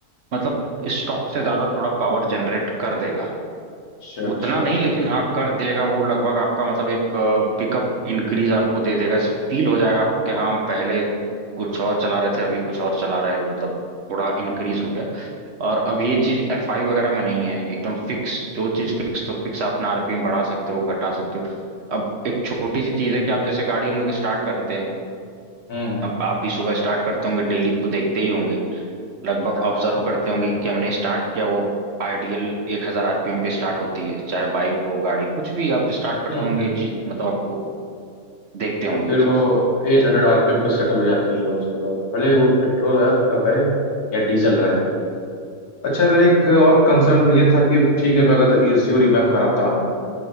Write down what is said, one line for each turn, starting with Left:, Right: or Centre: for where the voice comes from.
Right: मतलब स्टॉक से ज्यादा थोड़ा पावर जनरेट कर देगा
Left: अच्छा अच्छा
Right: उतना नहीं
Left: हम्म
Right: लेकिन हाँ कर देगा वो लगभग आपका मतलब एक पिकअप इंक्रीज आपको दे देगा ऐसे फील हो जाएगा आपको कि हाँ हम पहले कुछ और चला रहे थे अभी कुछ और चला रहे हैं मतलब थोड़ा इंक्रीज हो गया और अब ये चीज एफ आई वगैरह में नहीं है एकदम फिक्स जो चीज फिक्स तो फिक्स आप अपना आरपीएम बढ़ा सकते हो घटा सकते हो अब एक छोटी सी चीज है कि आप जैसे गाड़ी हम लोग स्टार्ट करते हैं
Left: हम्म,
Right: अब आप भी सुबह स्टार्ट करते होंगे डेली तो देखते ही होंगे लगभग
Left: हाँ
Right: ऑब्जर्व
Left: हाँ
Right: करते होंगे कि हमने स्टार्ट किया वो आइडियल एक हजार आरपीएम पे स्टार्ट होती है चाहे बाइक हो गाड़ी कुछ भी आप स्टार्ट करते
Left: हम्म
Right: होंगे ये चीज मतलब आपको देखते होंगे
Left: और फिर
Right: ये चीज
Left: वो एट हंड्रेड आरपीएम पे सेटल हो जाती है और उसके बाद भले वो पेट्रोल है रहे या डीजल रहे अच्छा मेरे एक और कंसर्न ये था कि ठीक है मैं अगर एसयू रिमैप कराता हूँ